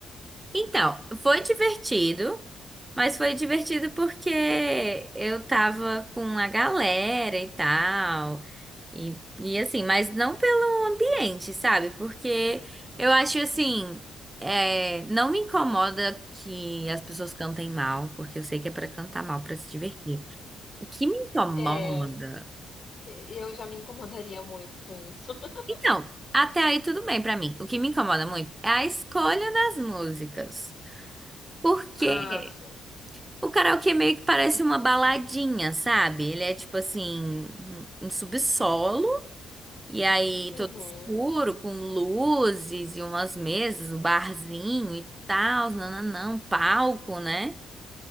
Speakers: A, on the right (about 15°); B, on the left (about 45°).
A: Então, foi divertido, mas foi divertido porque eu tava com a galera e tal, e, e assim, mas não pelo ambiente, sabe? Porque eu acho assim, é, não me incomoda que as pessoas cantem mal, porque eu sei que é pra cantar mal, pra se divertir. O que me incomoda
B: É, e eu já me incomodaria muito com isso. <laughs>
A: Então, até aí tudo bem pra mim. O que me incomoda muito é a escolha das músicas. Porque
B: Ah, sim.
A: o karaokê meio que parece uma baladinha, sabe? Ele é tipo assim, um um subsolo, e aí
B: Uhum.
A: todo escuro, com luzes e umas mesas, o barzinho e tal, nananã, um palco, né?